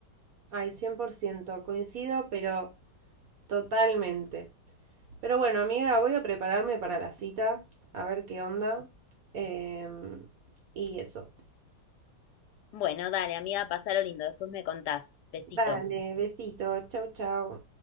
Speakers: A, on the right; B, on the left.
A: Ay, 100% coincido, pero totalmente. Pero bueno, amiga, voy a prepararme para la cita, a ver qué onda. em, y eso.
B: Bueno, dale, amiga, pasalo lindo, después me contás. Besito.
A: Dale, besito, chau, chau.